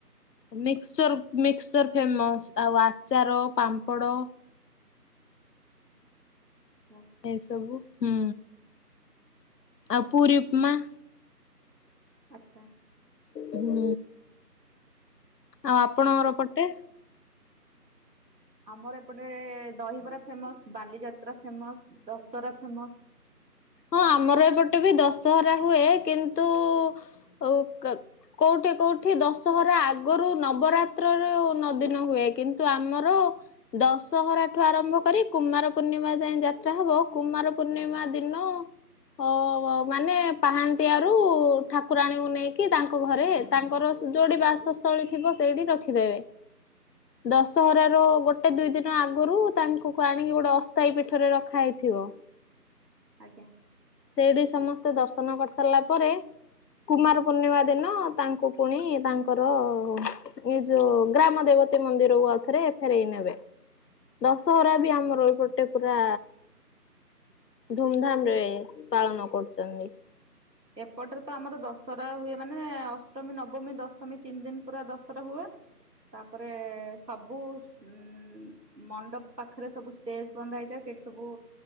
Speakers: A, on the left; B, on the right.
A: ମିକ୍ସଚର-ମିକ୍ସଚର ଫେମସ୍ ଆଉ ଆଚାର ପାମ୍ପଡ।
B: ଆଚ୍ଛା
A: ଏଇସବୁ ହୁଁ ଆଉ ପୁରୀ ଉପମା।
B: ଆଚ୍ଛା।
A: ହୁଁ ଆଉ ଆପଣଙ୍କର ପଟେ।
B: ଆମର ଏପଟେ ଦହିବରା ଫେମସ ବାଲିଯାତ। ତ୍ରା ଫେମସ ଦଶହରା ଫେମସ।
A: ହଁ ଆମର ଏପଟେ ବି ଦଶହରା ହୁଏ କିନ୍ତୁ। ଆଉ କା କୋଉଠି କୋଉଠି ଦଶହରା ଆଗରୁ ନବରାତ୍ରରୁ ନ ଦିନ ହୁଏ। କିନ୍ତୁ ଆମର ଦଶହରା ଠୁ ଆରମ୍ଭ କରି କୁମାର ପୂର୍ଣ୍ଣିମା ଯାଏଁ ଯାତ୍ରା ହବ କୁ କୁମାର ପୂର୍ଣ୍ଣିମା ଦିନ। ହ ମାନେ ପାହାନ୍ତିଆରୁ ଠାକୁରାଣୀଙ୍କୁ ନେଇକି ତାଙ୍କ ଘରେ ତାଙ୍କର ଯୋଉଠି ବାସସ୍ଥଳୀ ଥିବ ସେଇଠି ରଖିଦେବେ। ଦଶହରା ର ଗୋଟେ ଦୁଇ ଦିନ ଆଗରୁ ତାଙ୍କୁ ଆଣିକି ଗୋଟେ ଅସ୍ଥାୟୀ ପୀଠରେ ରଖା ହେଇଥି ଥିବ।
B: ଆଜ୍ଞା।
A: ସେଇଠି ସମସ୍ତେ ଦର୍ଶନ କରି ସାରିଲା ପରେ। କୁମାର ପୂର୍ଣ୍ଣିମା ଦିନ ତାଙ୍କୁ ପୁଣି ତାଙ୍କର ଏଇ ଯୋଉ ଗ୍ରାମ ଦେବୀ ପତି ମନ୍ଦିରକୁ ଆଉଥରେ ଫେରେଇ ନେବେ। ଦଶହରା ବି ଆମର ଏପଟେ ପୁରା ଧୁମଧାମ ରେ ପାଳନ କରୁଚନ୍ତି।
B: ଏପଟରେ ତ ଆମର ଦଶହରା ହୁଏ ମାନେ ଅଷ୍ଟମୀ ନବମୀ ଦଶମୀ ତିନି ଦିନ ପୁରା ଦଶହରା ହୁଏ। ତାପରେ ସବୁ ଉଁ ମଣ୍ଡପ ପାଖରେ ସବୁ ଷ୍ଟେଜ ବନ୍ଧା ହେଇଥାଏ। ସେଠି ସବୁ